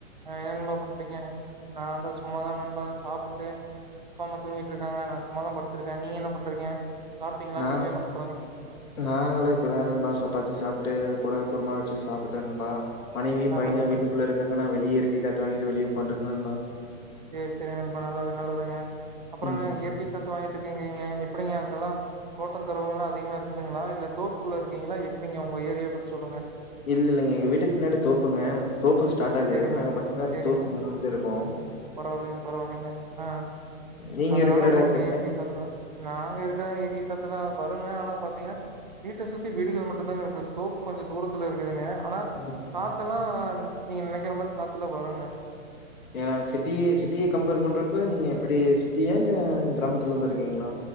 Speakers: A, on the right; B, on the left.
A: அ என்னன்னபா பண்றீங்க நா வந்து சு சும்மாதா நண்பா சாப்புட்டே அப்பாம்மா தூங்கிட்டுருக்காங்க நா சும்மாதா படுத்துருக்கே நீங்க என்ன பண்றீங்க சாப்ட்டீங்களா?
B: நாங
A: வீட்ல என்ன பண்றாங்க?
B: நாங்களா இப்பதா நண்பா சப்பாத்தி சாப்ட்டு அது கூட குருமா வச்சு சாப்புட்டே நண்பா மனைவியு
A: நல்லது
B: பையனு
A: நல்லது
B: வீட்டுக்குள்ள இருக்காங்க நா வெளியே இருக்க காத்து வாங்கிட்டு வெளியே உக்காட்ருக்கே நண்பா
A: சேரி சேரி நண்பா நல்லது நல்லதுங்க அப்பறோங்க
B: ம்.
A: இயற்கை காத்து வாங்கி இருங்கீங்க எப்படிங்க அங்கெல்லா தோட்ட தொறவங்கலா அதிகமா இருக்குதுங்களா இல்ல தோப்புள்ள இருக்கீங்களா எப்படிங்க உங்க ஏரியா பத்தி சொல்லுங்க
B: இல்ல இல்லைங்க எங்க வீட்டுக்கு பின்னாடி தோப்புங்க தோப்பு ஸ்டார்ட் ஆகுது
A: சேரிங்க
B: நாங்க பாத்தீங்னா
A: சேரிங்க
B: தோப்புக்கு முன்னாடி தா இருக்கோ
A: பரவால்லைங்க பரவால்லைங்க அஹ்
B: நீங்க
A: அதனால
B: இருக்கிற
A: ஒங்களுக்கு
B: இடம் எப்படிங்க?
A: இயற்கை காத்துதா நாங்க இருக்குற எக் க்டத்துலா வருங்க ஆனா பாத்தீங்கனா வீட்ட சுத்தி வீடுகள் மட்டுதாங்கருக்கு தோப்பு கொஞ்ச தூரத்துல இருக்குதுங்க ஆனா
B: ம்.
A: காத்தெல்லா நீங்க நெனைக்கிற மாரி காத்தெல்லா வருங்க
B: ஏனா சிட்டி சிட்டிய கம்பேர் பண்றப்ப நீங்க எப்பிடி சிட்டியா இல்ல கிராமத்துலதா இருக்கீங்ளா